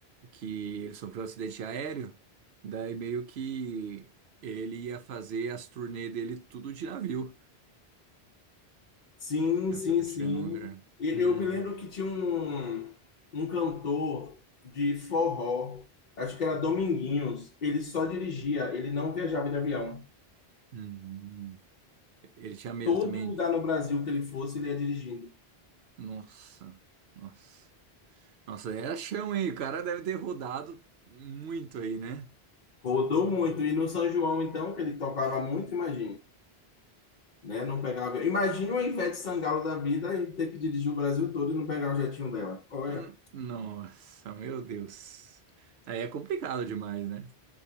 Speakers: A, on the right; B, on the left.
A: Que ele sofreu um acidente aéreo. Daí meio que ele ia fazer as turnê dele tudo de navio.
B: Sim,
A: né?
B: sim,
A: Pra proteger
B: sim.
A: no lugar.
B: E eu
A: Uhum.
B: me lembro que tinha um, um cantor de forró, acho que era Dominguinhos. Ele só dirigia, ele não viajava de avião.
A: Uhum. Ele tinha medo
B: todo
A: também.
B: lugar no Brasil que ele fosse, ele ia dirigindo.
A: Nossa, nossa. Nossa, era chão, hein? O cara deve ter rodado muito aí, né?
B: Rodou muito. E no São João, então, que ele tocava muito, imagine. Né? Não pegava. Imagina uma Ivete Sangalo da vida e ter que dirigir o Brasil todo e não pegar o jetinho dela. Olha.
A: Hum, Nossa, meu Deus. Aí é complicado demais, né?